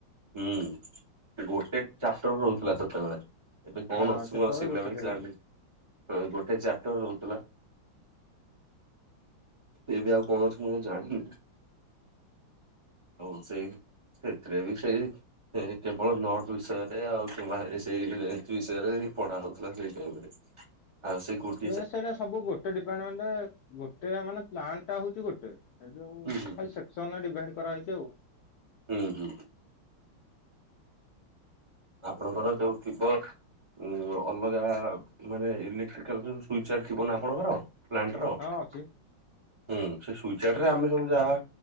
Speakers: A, on the right (about 30°); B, on the left (about 75°).
A: ହୁଁ, ଗୋଟେ ଚାପଟର ରହୁଥିଲା ସେତେବେଳେ। ଏଵେ କଣ
B: ହଁ
A: <unintelligible>
B: ସେତେବେଳେ ଗୋଟେ ଥିଲା
A: ହଁ ଗୋଟେ ଚାପଟର ରହୁଥିଲା। ସେ ଏବେ ଆଉ କଣ ଅଛି ମୁଁ ଜାଣିନି। ହଉ ସେଇ ବି ସେଥିରେ ବି ସେଇ କେବଳ ନଟ୍ ବିଷୟରେ ଆଉ କିମ୍ବା ସେଇ ରେଞ୍ଚ ବିଷୟରେ କି ପଢା ହଉଥିଲା ସେଇ ଟାଇମରେ। ଆଉ ସେ କୁର
B: ସେ ସେଇଟା ସବୁ ଗୋଟେ ଡିପାର୍ଟମେଣ୍ଟ ଗୋଟେ ମାନେ ପ୍ଲାନଟା ହଉଛି ଗୋଟେ। ଏଇ ଯଉ
A: ହୁଁ ହୁଁ
B: ଖାଲି
A: ହୁଁ।
B: ସେକ୍ସନରେ ଡିଭାଇଡ କରାହେଇଛି ଆଉ।
A: ହୁଁ ହୁଁ। ଆପଣଙ୍କର ଯୋଉ ଥିବ ଉ ଅଲଗା ମାନେ ଇଲେକ୍ଟ୍ରିକାଲ ଯୋଉ ସୁଇଚ ଆଡ ଥିବ ନା ଆପଣଙ୍କର। ପ୍ଲାଣ୍ଟ ର ହୁଁ
B: ହଁ ଅଛି।
A: ସେ ସୁଇଚ୍ ଆଡ୍ରେ ଆମେ ସବୁ ଯାହା